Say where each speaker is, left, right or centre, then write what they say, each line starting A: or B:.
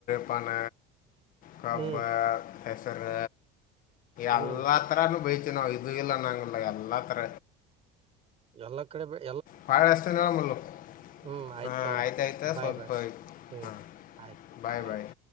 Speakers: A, on the left; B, on the right.
A: ಪಾನ ಕಬ್ಬ
B: ಹ್ಮ್
A: ಹೆಸ್ಸರ್ರ ಎಲ್ಲಾ
B: ಹ್ಮ್
A: ತರನು ಬೆ ತಿವಿ ನಾವ್ ಇದು ಇಲ್ಲ ಅನಂಗಲ್ಲ ಎಲ್ಲಾ ತರ.
B: ಎಲ್ಲ ಕಡೆ ಬೆ
A: ವಳ್ಳಿ ಅಸ್ತಿನಿನೋ ಮಲ್ಲು <unintelligible>
B: ಹ್ಮ್ ಆಯ್ತ
A: ಹ
B: ಅವ್ರ
A: ಆಯ್ತ್ ಆಯ್ತ್
B: ಬಾಯ್
A: ಸ್ವಲ್ಪು
B: ಬಾಯ್ ಹ್ಮ್
A: ಹ
B: ಆಯ್ತು
A: ಬಾಯ್
B: ರೈಟ್
A: ಬಾಯ್.